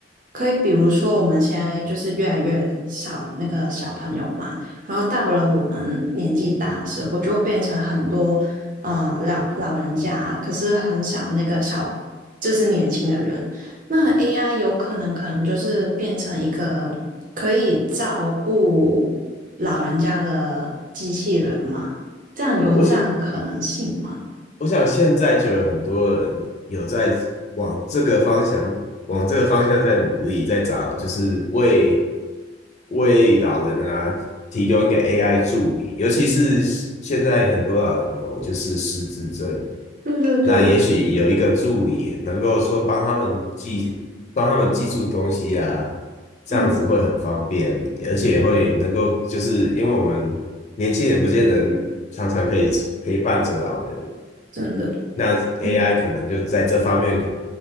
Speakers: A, on the right (about 45°); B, on the left (about 40°).
A: 可以比如说我们现在就是越来越少那个小朋友嘛。然后到了我们年纪大的时候，就会变成很多呃老老人家，可是很少那个小就是年轻的人。那 AI 有可能可能就是变成一个可以照顾老人家的机器人嘛？这样有这样可能性吗？
B: 我想我想现在就有很多人有在往这个方向，往这个方向在努力，在找，就是为为老人啊提供一个 AI 助理，尤其是现在很多老人有就是失智症，
A: 对对对，
B: 那也许有一个助理能够说帮他们记，帮他们记住东西啊，这样子会很方便，
A: 嗯，
B: 而且会能够就是因为我们年轻人不见得常常可以陪伴着老人。
A: 真的，
B: 那 AI
A: 嗯
B: 可能就在这方面可